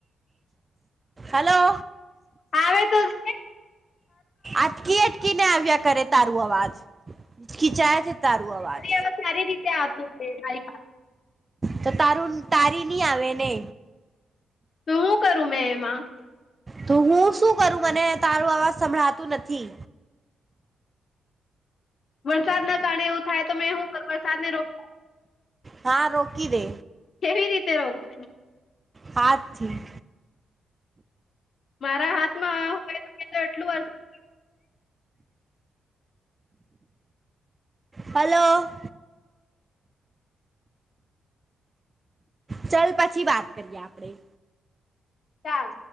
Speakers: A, on the right; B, on the left.
A: હલો.
B: આવે તો છે
A: અટકી-અટકી ને આવ્યા કરે તારું આવાજ. ખીંચાય છે તારું આવાજ.
B: હમણાં સારી રીતે આવતું તું <unintelligible>
A: તો તારું તારી ની આવે ને.
B: તો હું કરું મેં એમાં?
A: તો હું શું કરું? મને તારો અવાજ સંભળાતું નથી.
B: વરસાદના કારણે એવું થાય તો મેં હું કરું? વરસાદ ને રોક
A: હા રોકી દે.
B: કેવી રીતે રોકશું?
A: હાથથી.
B: મારા હાથમાં <inaudible> તો એટલું <inaudible>
A: હેલો. ચલ પછી વાત કરીએ આપણેે.
B: ચાર.